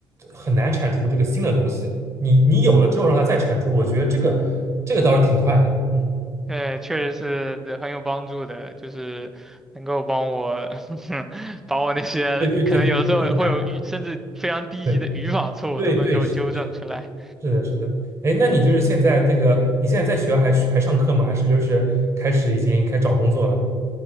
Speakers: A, on the right; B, in the centre.
A: 很难产出这个新的东西，你你有了之后让它再产出，我觉得这个这个倒是挺快的，嗯，
B: 对，确实是对很有帮助的，就是能够帮我 <laughs> 把我那些可能有的时候会有语，
A: 对对对，更快，
B: 甚至非常低级的语法错误都能够纠正出来。
A: 对对对，是。是的，是的。哎，那你就是现在这个，你现在在学校还还上课吗？还是就是开始已经开始找工作了？